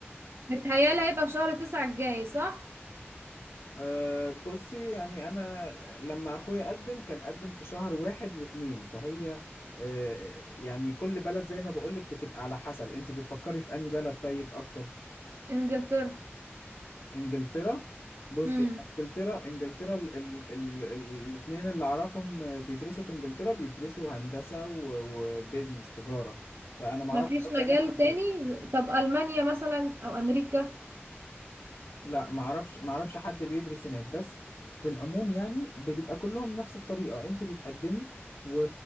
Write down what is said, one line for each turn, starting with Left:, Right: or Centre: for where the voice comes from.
Right: بتهيالي هيبقى في شهر تسعة الجاي صح
Left: أه بصي يعني أنا لما أخويا قدم كان قدم في شهر واحد واتنين فهي أه يعني كل بلد زي ما بقولك بتبقى على حسب أنت بتفكري في أنهي بلد طيب أكتر
Right: انجلترا
Left: إنجلترا بصي
Right: امم
Left: أنا إنجلترا إنجلترا ال ال ال الاتنين اللي أعرفهم بيدرسوا في إنجلترا بيدرسوا هندسة و- وبيزنس تجارة فأنا معرفش
Right: مفيش
Left: أوي
Right: مجال
Left: علاج طبيعي
Right: تاني طب المانيا مثلا او امريكا
Left: لا معرفش معرفش حد بيدرس هناك بس في العموم يعني بتبقى كلهم نفس الطريقة انت بتقدمي و...